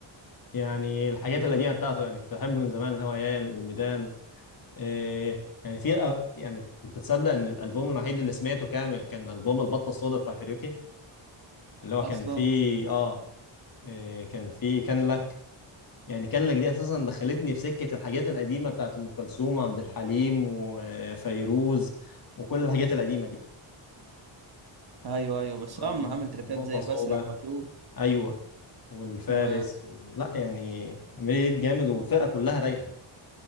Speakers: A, on the left; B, on the right.
A: يعني الحاجات القديمه بتاعته يعني كنت بحبه من زمان هو يا الميدان إيه يعني في أ- يعني انت تصدق ان الالبوم الوحيد اللي سمعته كامل كان البوم البطه السوداء بتاع كاريوكي اللي هو
B: اصلا
A: كان فيه اه إيه كان فيه كان لك يعني كان لك دي اساسا دخلتني في سكه الحاجات القديمه بتاعت ام كلثوم وعبد الحليم وفيروز وكل الحاجات القديمه دي
B: ايوه ايوه بس هو
A: آه،
B: عم عامل تراكات
A: نقطه
B: زي
A: سوداء
B: بسرح واتوه
A: ايوه والفارس
B: و
A: لا يعني عملية جامد والفرقه كلها رايقه